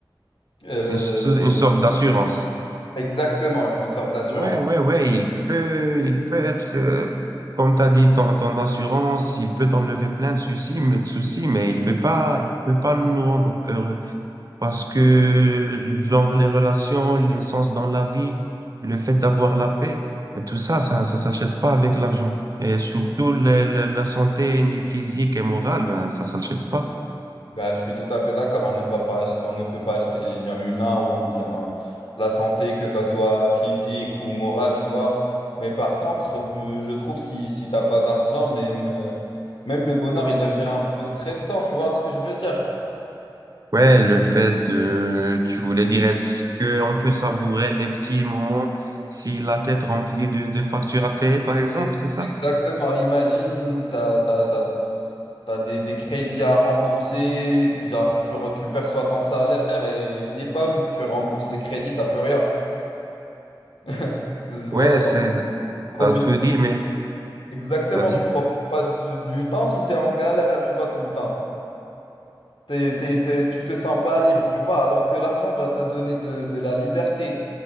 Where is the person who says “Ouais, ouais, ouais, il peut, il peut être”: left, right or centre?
Right